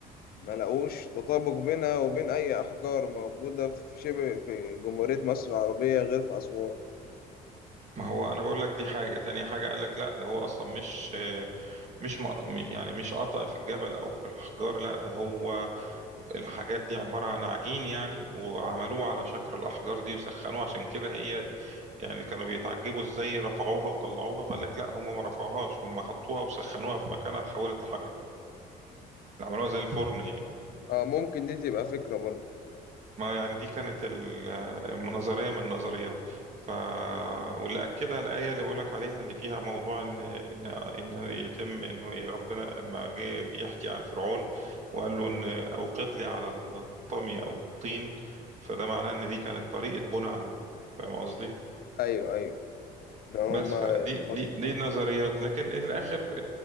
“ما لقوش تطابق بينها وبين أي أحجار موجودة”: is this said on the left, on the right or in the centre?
Left